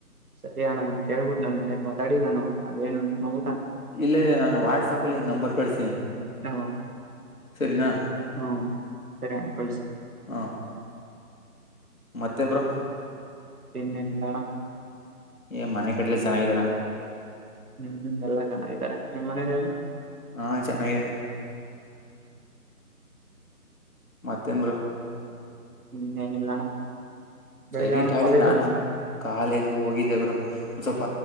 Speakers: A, on the right; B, on the left.
A: ಸರಿ ಅಣ್ಣ ನನ್ ಕೇಳ್ಬಿಟ್ಟು ನನ್ ಮನೇಲಿ ಮಾತಾಡಿ ನಾನು ಅದೇನ್ ನ
B: ಇಲ್ಲ ಇಲ್ಲ ನಾನು ವಾಟ್ಸಪ್ ಅಲ್ಲಿ ನಂಬರ್ ಕಳಸೀನಿ
A: ಹ
B: ಸರಿನಾ
A: ಹ್ಮ ಸರಿ ಕಳಿಸಿ
B: ಹ ಮತ್ತೆ ಬ್ರು
A: ಇನ್ನಲ್ಲಣ
B: ಏ ಮನೆ ಕಡ್ಲೆ ಚೆನ್ನಾಗಿದರ
A: ಹ್ಮ್ ಎಲ್ಲಾ ಚೆನ್ನಾಗಿದ್ದಾರೆ ನಿಮ್ಮ ಮನೇಲೆ ನು <inaudible>
B: ಹಾ ಚೆನ್ನಾಗಿದೀರಿ ಮತ್ತೇನ ಬ್ರು
A: ಹ್ಮ ಏನ ಇಲ್ಲಣ ಬೆಳಿಗೆ
B: ಸರಿ
A: ಅಣ್ಣ
B: ತಾಳಿ
A: ಕಾಲೇಜು
B: ನಾನು ಕಾಲೇಜು ಹೋಗಿದ್ದೆಬ್ರು ಒ ಸ್ವಲ್ಪ